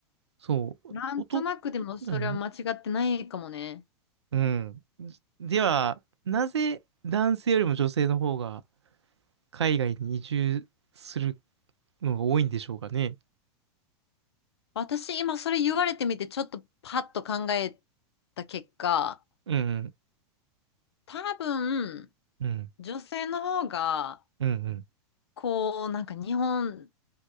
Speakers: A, on the right; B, on the left.
A: そう。
B: なんとなくでもそれは間違ってないかもね。
A: 男だね。うん。では、なぜ男性よりも女性の方が海外に移住するのが多いんでしょうかね。
B: 私、今それ言われてみて、ちょっとパッと考えた結果、
A: うん、
B: 多分、
A: うん、
B: 女性の方が、
A: うん、うん、
B: こう、なんか日本